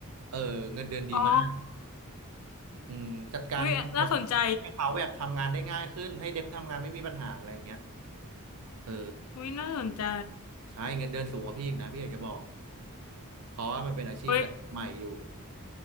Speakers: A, on the right (about 85°); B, on the left (about 85°).
A: เออเงินเดือนดีมาก
B: อ๋อ
A: อืมจัดการหมดให้เขาแบบทำงานได้ง่ายขึ้นให้เดฟทำงานไม่มีปัญหาอะไรอย่างเงี้ย
B: วิน่าสนใจ
A: เออ
B: วิน่าสนใจ
A: ใช่เงินเดือนสูงกว่าพี่อีกนะพี่อยากจะบอกเพราะว่ามันเป็นอาชีพแบบใหม่อยู่
B: เว้ย